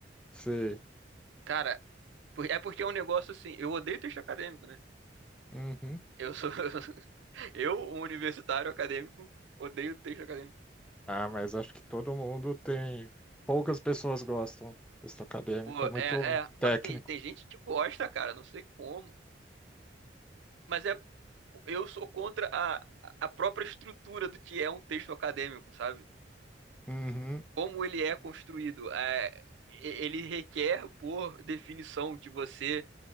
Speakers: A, in the centre; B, on the right.
A: Sei.
B: Cara, por- é porque é um negócio assim. Eu odeio texto acadêmico, né?
A: Uhum.
B: Eu sou. <laughs> Eu, um universitário acadêmico, odeio texto acadêmico.
A: Ah, mas acho que todo mundo tem. Poucas pessoas gostam. Texto acadêmico
B: Pô,
A: é muito
B: é, é. Não,
A: técnico.
B: tem, tem gente que gosta, cara, não sei como. Mas é. Eu sou contra a, a própria estrutura do que é um texto acadêmico, sabe?
A: Uhum,
B: Como ele é construído. É, e- ele requer, por definição, que você